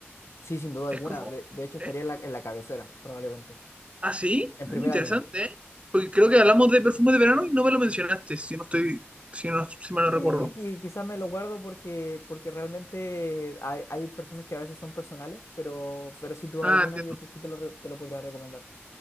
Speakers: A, on the left; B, on the right.
A: Sí, sin duda
B: Es
A: alguna.
B: como,
A: De, de hecho,
B: ¿eh?
A: estaría en la, en la cabecera, probablemente.
B: ¿Ah, sí?
A: En
B: Mm,
A: primera
B: Interesante,
A: línea.
B: ¿eh? Porque creo que hablamos de perfumes de verano y no me lo mencionaste, si no estoy, si no, si mal no
A: Y,
B: recuerdo.
A: qui- quizás me lo guardo porque, porque realmente hay, hay perfumes que a veces son personales, pero, pero sin duda
B: Ah,
A: alguna
B: entiendo.
A: yo te- sí te lo, re- te lo podría recomendar.